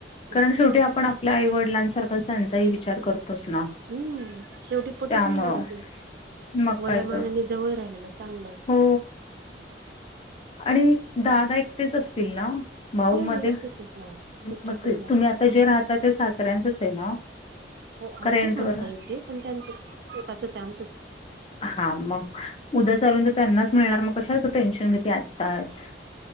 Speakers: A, on the left (about 35°); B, on the right (about 60°).
A: कारण
B: असं
A: शेवटी आपण आपल्या आईवडिलांसारखाच त्यांचाही विचार करतोच ना.
B: हम्म, शेवटी पटत
A: त्यामुळं.
B: नाही ना ग ते.
A: मग काय
B: वयामानाने
A: तर.
B: जवळ राहिलेलं चांगलं.
A: हो आणि
B: असं.
A: दादा एकटेच असतील ना भाऊ
B: हो
A: मध्ये?
B: एकटेच आहेत ना एकटेच
A: मग
B: आहेत
A: ते
B: ना
A: तुम्ही आता जे राहता ते सासऱ्यांचच आहे ना?
B: हो आमचंच
A: का रेंटवर?
B: म्हणता येईल ते, पण त्यांचंच स्वतःच आहे आमचंच
A: हा मग उद्या चालून तर त्यांनाच मिळणार, मग कशाला तू टेन्शन घेती आत्ताच.